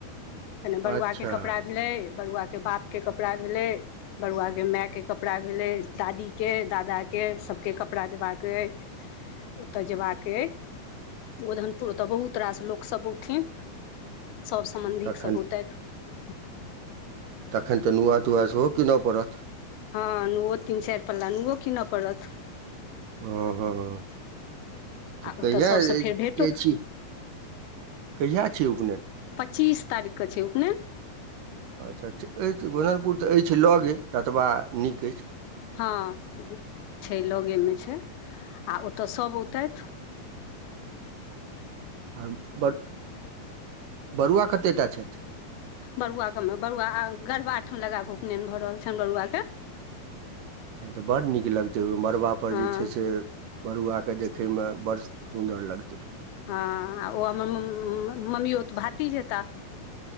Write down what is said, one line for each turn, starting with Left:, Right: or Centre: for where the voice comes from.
Left: कनि बरुआके
Right: अच्छा
Left: कपड़ा भेलै। बड़ुआके बापके कपड़ा भेलै बरुआके मायके कपड़ा भेलै दादीके दादाके सभके कपड़ा देबाक अइ ओतऽ जेबाक अ गन आता तऽ बहुत रास लोकसभ औथिन। सब सम्बन्धिक
Right: तखन
Left: सब <unintelligible>
Right: तखन तऽ नुआ तुआ सेहो कीनय पड़त।
Left: हँ नुओ तीन चाइर पल्ला नुओ कीनय पड़त।
Right: अ हँ हँ तऽ
Left: आ
Right: कहिया
Left: ओतय सभसँ फेर भेटो
Right: जाइ छी कहिया छी उपनयन।
Left: च्चीस तारखके छै उपनैन।
Right: अच्छाऽ छा अछि गोननपुर तऽ अछि लगे ततबा नीक अछि।
Left: हँ छैय लगेमे छैय आ ओतय सभ औतेथ।
Right: आ बड़ बरुआ कते टा छैय।
Left: बरुआकेमे बरुआ गरबा ठाम लगा कऽ उपनयन भऽ रहल छनि बरुआके।
Right: ँ तऽ बड्ड नीक लगतै ओहि मड़बापर
Left: हँ
Right: जे छै से बरुआ के देखे में बड़ सुन्दर लगते।
Left: हँ ओ हमर मम्म मम्मिओत भातिज हेता।